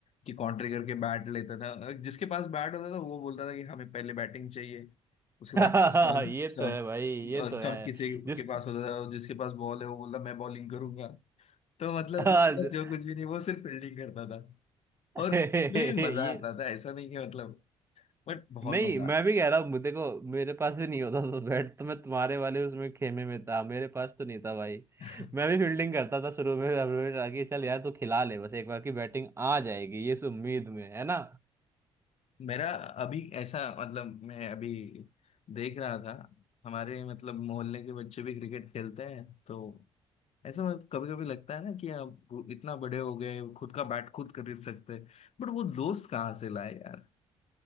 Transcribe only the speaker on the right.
<laughs>
ये
तो है भाई ये तो
है
जिस
<laughs> हाँ,
ये
नहीं
मैं भी कह रहा हूँ मुझे देखो मेरे पास भी नहीं होता था बैट तो मैं तुम्हारे वाले उसमें खेमे में था मेरे पास तो नहीं था भाई
मैं भी फील्डिंग करता था शुरू में रमेश आके चल यार तू खिला ले बस एक बार की बैटिंग आ जाएगी ये इस उम्मीद में है ना